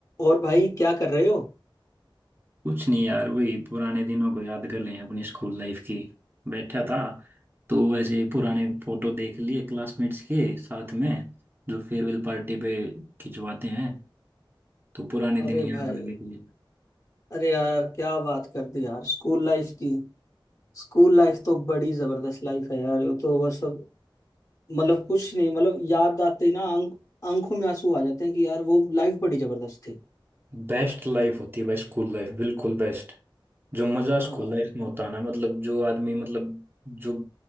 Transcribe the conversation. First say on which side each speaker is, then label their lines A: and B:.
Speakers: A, on the left (about 40°); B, on the right (about 25°).
A: और भाई क्या कर रहे हो
B: कुछ नहीं यार वही पुराने दिनों को याद कर रहे हैं अपनी स्कूल लाइफ की बैठा था तो वैसे पुराने फोटो देख लिए क्लासमेट्स के साथ में जो फेयरवेल पार्टी पे खिंचवाते हैं तो पुराने
A: अरे
B: दिन याद
A: भाई
B: आ गए थे
A: अरे यार क्या बात कर दी यार स्कूल लाइफ की स्कूल लाइफ तो बड़ी जबरदस्त लाइफ है यार वो तो बस अब- मतलब कुछ नहीं मतलब याद आते ही ना आंख आंखों में आंसू आ जाते हैं कि यार वो लाइफ बड़ी जबरदस्त थी
B: बेस्ट लाइफ होती है भाई स्कूल लाइफ बिल्कुल बेस्ट जो मजा
A: हाँ
B: स्कूल लाइफ में होता है ना मतलब जो आदमी मतलब जो